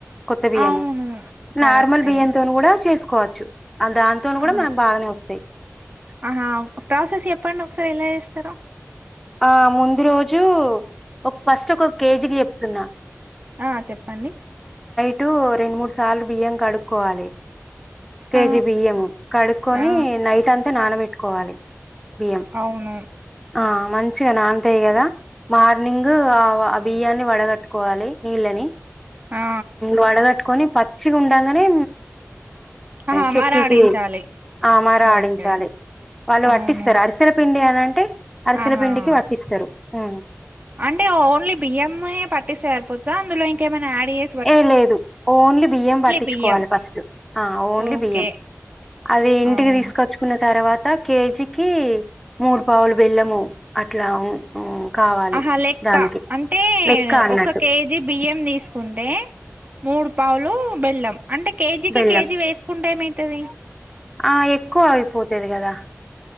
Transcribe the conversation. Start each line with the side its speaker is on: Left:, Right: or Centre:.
Centre: కొత్త బియ్యము
Right: అవును. కరెక్టే.
Centre: నార్మల్ బియ్య తో కూడా చేసు కోవచ్చు దానితోనీ కూడా
Right: ఆ!
Centre: మాకు బాగానే వస్తాం స
Right: ఆహా ప్రాసెస్ ఎప్పడి ఒకసారి ఎలా చేస్తారు
Centre: ఆ ముందు రోజు ఒక ఫస్ట్ ఒక కేజీకి చెప్తున్నా
Right: ఆ చెప్పండి
Centre: అటు రెండు మూడు సార్లు బియ్యం కడుక్కోవాలి కేజీ
Right: ఆ!
Centre: బియ్యం కడుకొని
Right: ఆ!
Centre: నైట్ అంత అతే నానబెట్టుకోవాలి బియ్యం
Right: అవును.
Centre: ఆ మం మంచిగా నానుతాయి కదా మార్నింగ్ ఆ ఆ బియ్యాన్ని వడగట్టుకోవాలి నీళ్ళని
Right: ఆ!
Centre: వడగట్టుకొని పత్ మంచిగా ఉండంగానే
Right: ఆహా!
Centre: చెక్కికి
Right: మరాడించాలి.
Centre: ఆమర ఆడించాలి
Right: ఓకే.
Centre: వాళ్ళు వట్టిస్తారు
Right: అవును.
Centre: అరిసెల పిండి అని అంటే అరిసెల
Right: ఆహా!
Centre: పిండికి వట్టిస్తారు ఆ
Right: అంటే ఓన్లీ బియ్యం పట్టిస్తే సరిపోతుందా అందులో ఇంకేమై యాడ్ చే
Centre: ఏ లేదు ఓన్లీ బియ్యం పట్టించుకోవాలి
Right: బియ్యం
Centre: ఫస్ట్ ఆ ఓన్లీ
Right: ఓకే
Centre: బియ్యం అది ఇంటికి
Right: అవును
Centre: తీసుకొచ్చుకున్న తర్వాత కేజీకి మూడు పావులు బెల్లము అట్లా ఉం, కావాలి
Right: ఆహ లెక్క
Centre: దానికి
Right: అంటే
Centre: లెక్క అన్నట్టు
Right: ఒక కేజీ బియ్యం తీసుకు కుంటే మూడు పావులు బెల్లం అంటే కేజీకి
Centre: బెల్లం
Right: కేజీ వేసుకుంటే ట ఏం అవుతది
Centre: ఆ ఎక్కువ అయిపోతేది కదా